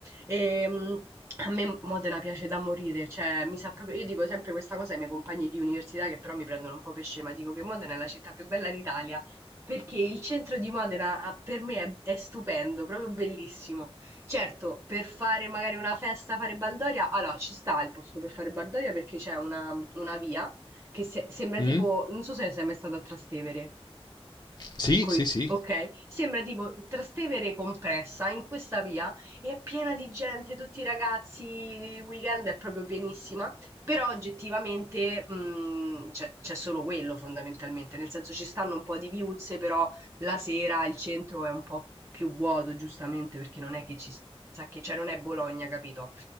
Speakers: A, on the right; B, on the left.
A: E, mm, a me Modena piace da morire, cioè mi sa proprio, io dico sempre questa cosa ai miei compagni di università che però mi prendono un po' per scema, dico che Modena è la città più bella d'Italia perché il centro di Modena ah, per me è, è stupendo, proprio bellissimo. Certo, per fare magari una festa, fare baldoria, allora ci sta il posto per fare baldoria perché c'è una, una via che se- sembra
B: Mm?
A: tipo, non so se sei mai stato a Trastevere.
B: Sì,
A: Qui,
B: sì, sì,
A: ok? Sembra tipo Trastevere compressa in questa via e è piena di gente, tutti i ragazzi, il weekend è proprio pienissima, però oggettivamente mh, c'è c'è solo quello fondamentalmente, nel senso ci stanno un po' di viuzze, però la sera il centro è un po' più vuoto, giustamente, perché non è che ci sa che, cioè non è Bologna, capito?